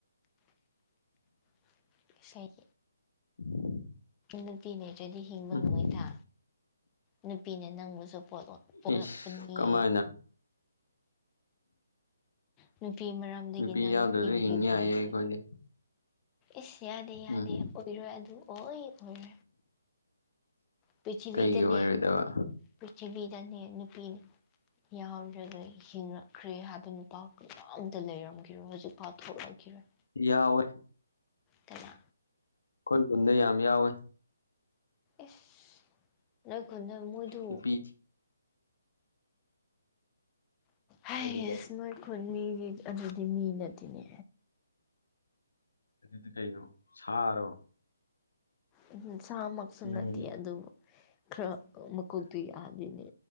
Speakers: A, on the left; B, on the left.
A: <unintelligible> ꯏꯁꯩꯒꯤ
B: <unintelligible>
A: ꯅꯨꯄꯤ ꯂꯩꯇ꯭ꯔꯥꯗꯤ ꯍꯤꯡꯕ
B: ꯎꯝ
A: ꯉꯝꯃꯣꯏꯗ ꯅꯨꯄꯤꯅ ꯅꯪꯕꯨꯁꯨ ꯄꯣꯠꯂꯛ ꯄꯣꯛꯂꯛꯄꯅꯤ꯫
B: ꯏꯁ ꯀꯃꯥꯏꯅ
A: ꯅꯨꯄꯤ ꯃꯔꯝꯗꯒꯤ
B: ꯅꯨꯄꯤ
A: ꯅꯪ
B: ꯌꯥꯎꯗ꯭ꯔꯁꯨ
A: ꯍꯤꯡꯒꯤꯕꯅꯤ꯫
B: ꯍꯤꯡ ꯌꯥꯏꯌꯦ ꯑꯩꯈꯣꯏꯗꯤ
A: ꯏꯁ ꯌꯥꯗꯦ-ꯌꯥꯗꯦ
B: ꯎꯝ
A: ꯑꯣꯏꯔꯣꯏ ꯑꯗꯨ ꯑꯣꯏ ꯑꯣꯏꯔꯣꯏ꯫ ꯄ꯭ꯔꯤꯊꯤꯕꯤꯗꯅꯦ
B: ꯀꯩꯒꯤ ꯑꯣꯏꯔꯣꯏꯗꯕ?
A: ꯄ꯭ꯔꯤꯊꯤꯕꯤꯗꯅꯦ ꯅꯨꯄꯤꯅꯦ꯫ ꯌꯥꯎꯗ꯭ꯔꯒ ꯍꯤꯡꯉꯛꯈ꯭ꯔꯦ ꯍꯥꯏꯕ ꯅꯨꯄꯥ ꯀꯅꯥꯝꯇ ꯂꯩꯔꯝꯈꯤꯔꯣꯏ ꯍꯧꯖꯤꯛꯐꯥꯎ ꯊꯣꯛꯂꯛꯈꯤꯔꯣꯏ꯫
B: ꯌꯥꯎꯋꯦ꯫
A: ꯀꯅꯥ
B: ꯑꯩꯈꯣꯏ ꯈꯨꯟꯗ ꯌꯥꯝ ꯌꯥꯎꯋꯦ꯫
A: ꯑꯁ ꯅꯣꯏ ꯈꯨꯟꯗ ꯃꯣꯏꯗꯨ
B: ꯅꯨꯄꯤ
A: ꯍꯩꯁ
B: ꯃꯣꯏꯗꯨ ꯀꯩ
A: ꯅꯣꯏ ꯈꯨꯟ ꯃꯤꯒꯤ ꯑꯗꯨꯗꯤ ꯃꯤ ꯅꯠꯇꯦꯅꯦ꯫
B: ꯑꯗꯨꯗꯤ ꯀꯩꯅꯣ? ꯁꯥꯔꯣ?
A: ꯑꯗꯨꯅ ꯁꯥꯃꯛꯁꯨ
B: ꯅꯪꯗꯤ
A: ꯅꯠꯇꯤꯌꯦ ꯑꯗꯨ ꯈꯔꯥ ꯃꯀꯣꯛꯇꯨ ꯌꯥꯗꯦꯅꯦ꯫